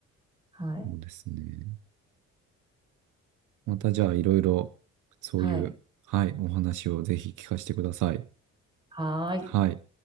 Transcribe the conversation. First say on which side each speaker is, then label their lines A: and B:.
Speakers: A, on the right (about 15°); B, on the right (about 80°).
A: はい、
B: そうですね。また、じゃあ、いろいろ、そういう、
A: はい、
B: はい、お話をぜひ聞かせてください。
A: はーい。
B: はい。